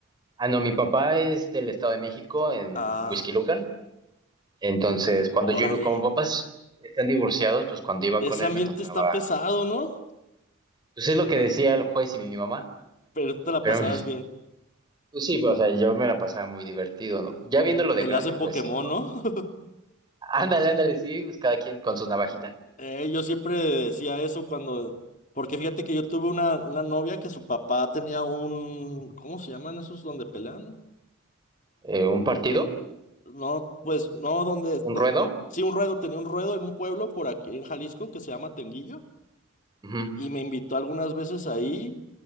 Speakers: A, on the right; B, on the left.
A: Ah, no, mi papá es del Estado de México, en
B: Ah,
A: Huixquilucan. Entonces, cuando
B: órale.
A: yo iba, como papás están divorciados, pues cuando iba
B: Ese
A: con él
B: ambiente
A: me tocaba,
B: está pesado, ¿no?
A: pues es lo que decía el juez y mi mamá.
B: Pero tú te la
A: Pero
B: pasabas
A: a mí-
B: bien.
A: pues sí, pues, o sea, yo me la pasaba muy divertido, ¿no? Ya
B: Pues,
A: viéndolo de
B: Peleas
A: grande,
B: de Pokémon,
A: pues sí, no.
B: ¿no? <laughs>
A: <laughs> Ándale, ándale, sí, pues cada quien con su navajita.
B: Eh, yo siempre decía eso cuando... Porque fíjate que yo tuve una, una novia que su papá tenía un... ¿Cómo se llaman esos donde pelean?
A: Eh, un partido,
B: No, pues no, donde,
A: un
B: do-
A: ruedo.
B: sí, un ruedo, tenía un ruedo en un pueblo por aquí en Jalisco que se llama Tenguillo
A: ujú.
B: y me invitó algunas veces ahí